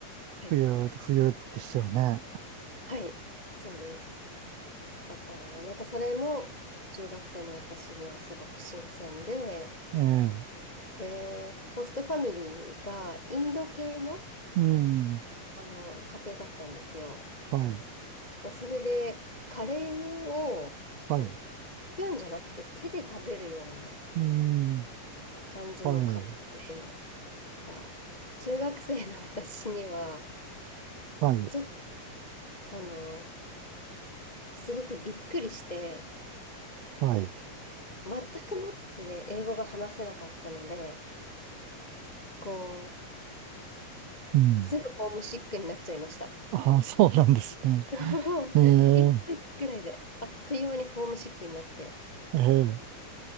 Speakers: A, on the left (about 75°); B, on the right (about 75°).
A: はい。
B: 冬、冬ですよね。
A: はい。そうです。だから、なんかそれも中学生の私にはすごく新鮮で、
B: ええ。
A: で、ホストファミリーがインド系の、
B: うん。
A: あの家庭だったんですよ。
B: はい。
A: まあ、それで、カレーをこう
B: はい。
A: スプーンじゃなくて手で食べるような
B: うん。
A: あ感じの家庭で、
B: はい。
A: が、中学生の私には、
B: はい。
A: ちょっと、あの、すごくびっくりして、
B: はい。
A: 全くもって英語が話せなかったので、こ
B: うん。
A: う、すぐホームシックになっちゃいました。
B: ああ、そうなんですね。
A: <laughs> もう、
B: ええ、
A: 1週間くらいで、あっという間にホームシックになって、
B: え